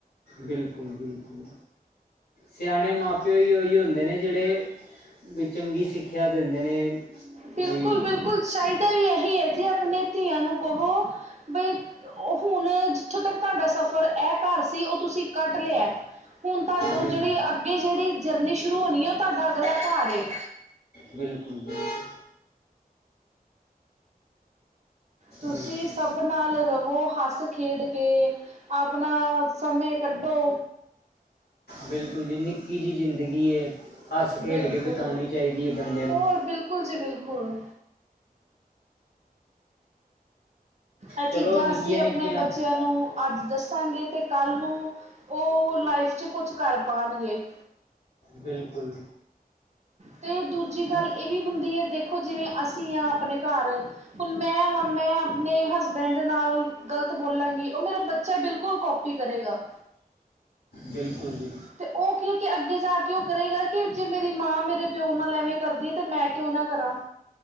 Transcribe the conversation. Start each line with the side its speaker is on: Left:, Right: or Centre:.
Left: ਬਿਲਕੁਲ- ਬਿਲਕੁਲ ਸਿਆਣੇ ਮਾਂ- ਪਿਓ ਉਹੀ ਹੁੰਦੇ ਜਿਹੜੇ ਵੀ ਚੰਗੀ ਸਿੱਖਿਆ ਦਿੰਦੇ ਨੇ।
Right: ਬਿਲਕੁਲ-
Left: ਬਈ
Right: ਬਿਲਕੁਲ ਚਾਹੀਦਾ ਵੀ ਇਹੀ ਹੈ ਜੀ ਆਪਣੇ ਧੀਆਂ ਨੂੰ ਕਹੋ ਬਈ ਹੁਣ ਜਿੱਥੋਂ ਤੱਕ ਤੁਹਾਡਾ ਸਫ਼ਰ ਇਹ ਘਰ ਉਹ ਤੁਸੀਂ ਕੱਟ ਲਿਆ। ਹੁਣ ਤੁਹਾਨੂੰ
Left: ਬਿਲ
Right: ਜਿਹੜੀ ਅੱਗੇ ਜਿਹੜੀ ਜਰਨੀ ਸ਼ੁਰੂ ਹੋਣੀ ਹੈ ਉਹ ਤੁਹਾਡਾ ਅਗਲਾ ਘਰ ਏ।
Left: ਬਿਲਕੁਲ- ਬਿਲਕੁਲ।
Right: ਤੁਸੀਂ
Left: ਬਿਲਕੁਲ
Right: ਸਭ ਨਾਲ ਰਵੋ ਹੱਸ ਖੇਡ ਕੇ ਆਪਣਾ, ਸਮੇ ਕੱਢੋ?
Left: ਬਿਲਕੁਲ ਜੀ ਨਿੱਕੀ ਜਿਹੀ ਜ਼ਿੰਦਗੀ ਐ ਹੱਸ-ਖੇਡ
Right: ਬਿਲਕੁਲ
Left: ਕੇ ਬਿਤਾਉਣੀ ਚਾਹੀਦੀ ਐਬੰਦੇ ਨੂੰ
Right: ਹੋਰ ਬਿਲਕੁਲ ਜੀ ਬਿਲਕੁਲ। ਇਹ
Left: ਚਲੋ
Right: ਚੀਜ਼ਾਂ
Left: ਨਿੱਕੀਆਂ
Right: ਅਸੀਂ ਆਪਣੇ
Left: ਨਿੱਕੀਆਂ
Right: ਬੱਚਿਆਂ ਨੂੰ ਅੱਜ ਦੱਸਾਂਗੇ ਤੇ ਕੱਲ੍ਹ ਨੂੰ ਉਹ ਲਾਈਫ 'ਚ' ਕੁਛ ਕਰ ਪਾਣਗੇ।
Left: ਬਿਲਕੁਲ।
Right: ਤੇ ਦੂਜੀ
Left: ਹਮ,
Right: ਗੱਲ ਇਹ ਵੀ ਹੁੰਦੀ ਐ, ਦੇਖੋ ਜਿਵੇਂ ਅਸੀਂ ਹਾਂ ਆਪਣੇ ਘਰ ਹੁਣ ਮੈਂ, ਮੈਂ ਆਪਣੇ ਹਸਬੈਂਡ ਨਾਲ ਗ਼ਲਤ ਬੋਲਾਂਗੀ। ਉਹ ਮੇਰਾ ਬੱਚਾ ਬਿਲਕੁਲ ਕੋਪੀ ਕਰੇਗਾ।
Left: ਬਿਲਕੁਲ ਜੀ।
Right: ਤੇ ਉਹ ਕਿਉਂਕਿ ਅੱਗੇ ਜਾ ਕੇ ਉਹ ਕਰੇਗਾ ਕਿ, ਜੇ ਮੇਰੀ ਮਾਂ ਮੇਰੇ ਪਿਓ ਨਾਲ ਐਵੇਂ ਕਰਦੀ ਆ ਤੇ ਮੈਂ ਕਿਉਂ ਨਾ ਕਰਾਂ।